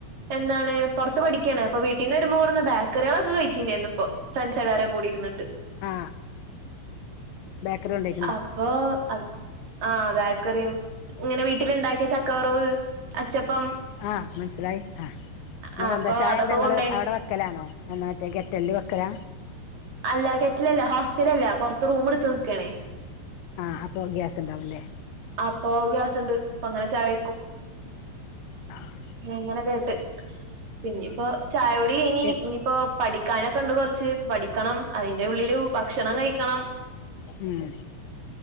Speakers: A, on the right (about 45°); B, on the left (about 75°).
A: എന്താണ് പൊറത്ത് പഠിക്കാണ് അപ്പ വീട്ടീന്ന് വയുമ്പോ കൂടു ബേക്കറികളക്കെ കഴിച്ചിുണ്ടായിരുന്നു ഇപ്പ ഫ്രണ്ട് എല്ലാരും കൂടിരുന്നട്ട്
B: ആ ബേക്കറി കെണ്ട
A: അപ്പൊ അ ആഹ് ബാക്കറിയും ഇങ്ങനെ വീട്ടിലുണ്ടാക്കിയ ചക്കവറവ് അച്ചപ്പം
B: ആഹ് മനസ്സിലായി ആ നിക്ക
A: ആഹ് അപ്പൊ
B: എന്താ ചായന്തങ്ങള്ൾ
A: അതൊക്കെ കൊണ്ടോയിന്
B: അവിടെ വെക്കലാണോ എന്നാ മറ്റേ ഗക്കറ്റലി വെക്കലാ
A: അല്ല കെറ്റലല്ല ഹോസ്റ്റല അല്ല പുറത്ത് റൂം എടുത്ത് നിക്ണേ
B: ആ അപ്പോ ഗ്യാസ് ഉണ്ടാവൂല്ലേ
A: അപ്പൊ ഗ്യാസുണ്ട് അപ്പൊ അങ്ങനെ ചായ
B: ആഹ
A: അങ്ങനെകേട്ട് പിന്നയിപ്പോ ചായുടി കഴിഞ്ഞ്
B: ഉം
A: ഇനിയിപ്പോ പഠിക്കാനൊക്കെ ഉണ്ട് കുറച്ച് പഠിക്കണം അതിന്റെ ഉള്ളില് ഭക്ഷണം കഴിക്കണം
B: ഉം